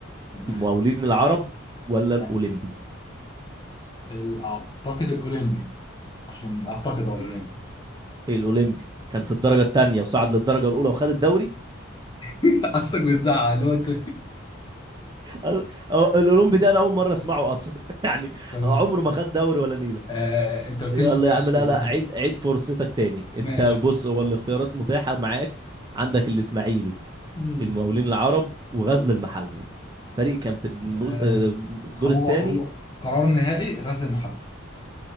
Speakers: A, on the left; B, on the right.
A: تمام
B: المقاولين العرب ولا الأولمبي
A: تمام. ال- اعتقد الاولمبي عشان اعتقد هو الاولمبي
B: الاولمبي كان في الدرجه الثانيه وصعد للدرجه الاولى وخد الدوري
A: <laughs> قصدك بتزعق اللي هو انت
B: أ- أو- الاولمبي ده انا اول مره اسمعه اصلا <laughs> يعني
A: <laughs> طب
B: هو عمره ما خد دوري ولا نيله
A: آه، انت قلت
B: يلا
A: لي الاسماعيلي
B: يا عم لا لا عيد عيد فرصتك تاني
A: ماشي
B: انت بص هو الاختيارات متاحه معاك عندك الاسماعيلي
A: امم
B: المقاولين العرب وغزل
A: طيب
B: المحله فريق كان في الم-
A: آه،
B: آه، الدور
A: هو
B: الثاني
A: هو قرار نهائي غزل المحله